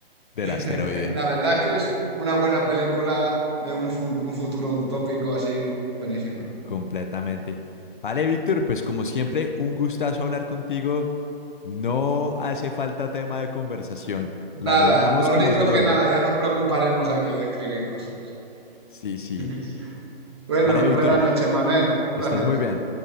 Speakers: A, on the left; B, on the right.
A: del
B: <laughs>
A: asteroide.
B: La verdad es que es una buena película de un, fu- un futuro utópico así, buenísima.
A: Completamente. Vale, Víctor, pues como siempre, un gustazo hablar contigo. No hace falta tema de conversación.
B: Nada,
A: La logramos
B: lo
A: como
B: único
A: se logre.
B: que nada, ya nos preocuparemos aquí de escribir cosas.
A: Sí, sí.
B: <laughs> Bueno,
A: Vale, Víctor,
B: buenas noches, Manuel, un
A: que
B: placer.
A: estés muy bien.